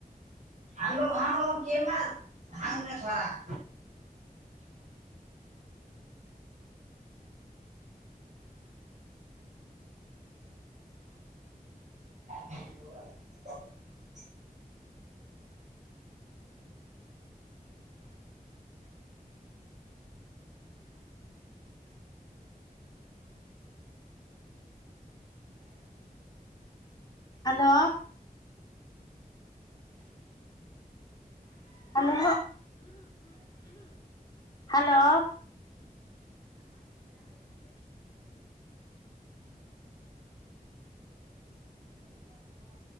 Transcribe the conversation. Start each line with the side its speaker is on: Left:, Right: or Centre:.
Right: ఆంగ్గో అంగో కేం బార్ ఆగ్దో సోడా <inaudible> <unintelligible>
Left: హలో హలో హలో